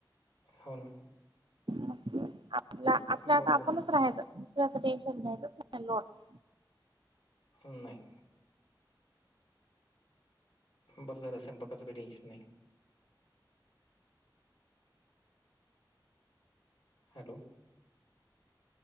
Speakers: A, on the left; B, on the right.
A: हो ना.
B: मस्त आपलं आता
A: बरोबर
B: आपणच राहायचं दुसऱ्याच टेन्शन घ्यायचंच नाही लोन..
A: नाही.. बरं सर असयंपाकाचंही टेनशन नाही.. हॅलो..